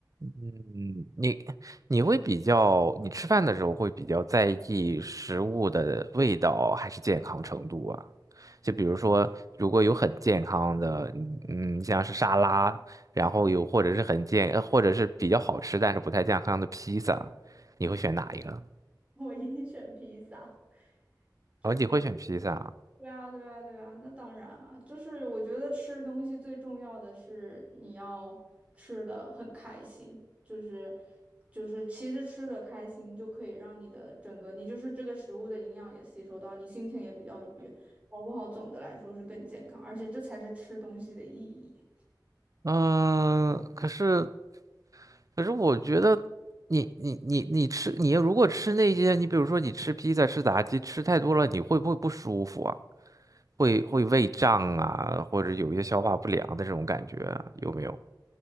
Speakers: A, on the right (about 50°); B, on the right (about 15°).
A: 嗯，你你会比较，你吃饭的时候会比较在意食物的味道还是健康程度啊？就比如说，如果有很健康的，嗯，嗯像是沙拉，然后有或者是很健，呃或者是比较好吃但是不太健康的披萨，你会选哪一个？
B: 我一定选披萨，就是。
A: 哦，你会选披萨啊
B: 对啊，对啊，对啊，那当然啊，就是我觉得吃东西最重要的是你要吃的很开心，就是就是其实吃的开心就可以让你的整个你就是这个食物的营养也吸收到，你心情也比较愉悦，搞不好总的来说是更健康，而且这才是吃东西的意义。
A: 嗯，可是可是我觉得你你你你吃你如果吃那些，你比如说你吃披萨、吃炸鸡，吃太多了，你会不会不舒服啊？会会胃胀啊，或者有一些消化不良的这种感觉啊有没有？